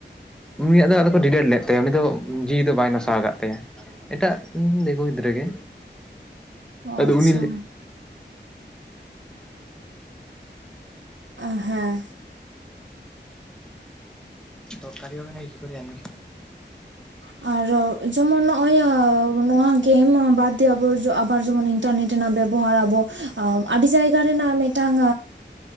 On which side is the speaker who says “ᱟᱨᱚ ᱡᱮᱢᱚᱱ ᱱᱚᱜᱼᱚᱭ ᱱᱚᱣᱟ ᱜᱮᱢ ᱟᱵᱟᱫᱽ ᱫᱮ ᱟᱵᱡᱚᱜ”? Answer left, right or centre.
Right